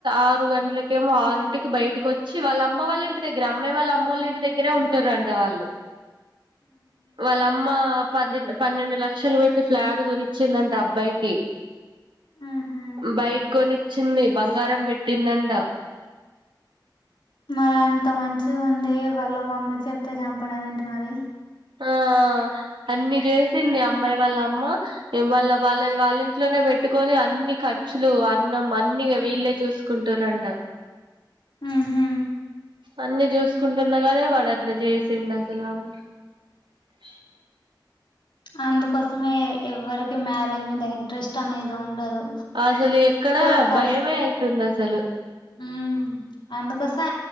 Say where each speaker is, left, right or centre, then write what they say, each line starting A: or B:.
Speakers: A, on the right (about 85°); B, on the left (about 85°).
A: ఆరు గంటలకేమో ఆరింటికి బయటకి వచ్చి వాళ్ళ అమ్మ వాళ్ళ ఇంటి దగ్గర అమ్మాయి వాళ్ళ అమ్ముల ఇంటి దగ్గరే ఉంటారు అంట వాళ్ళు వాళ్ళ అమ్మ పం పన్నెండు లక్షలు పెట్టి ఫ్లాట్ కొనిచ్చిందంట అబ్బాయికి
B: ఉహు
A: బైక్ కొనిచ్చింది బంగారం పెట్టిందంట
B: మరి అంత మంచిగా ఉంది వాళ్ళ మమ్మీ చెప్తే చంపడం ఏంటి మరి
A: ఆ అన్ని చేసింది అమ్మాయి వాళ్ళ అమ్మ వాళ్ళ వాళ్ళ వాళ్ళ ఇంట్లోనే పెట్టుకొని అన్ని ఖర్చులు అన్నం అన్నిగా వీళ్ళే చూసుకుంటుంర్రూ అంట
B: ఉహు
A: అన్ని చూసుకుంటున్నాగానీ వాడట్లా చేసిండు అసలు ఆమెని అ <unintelligible>
B: అందుకోసమే ఎవరికి మ్యారేజ్ మీద ఇంట్రెస్ట్ అనేది ఉండదు
A: అసలు ఎక్కడ
B: కోపస్
A: భయమే అయితుంది అసలు
B: ఉమ్ అందుకోసం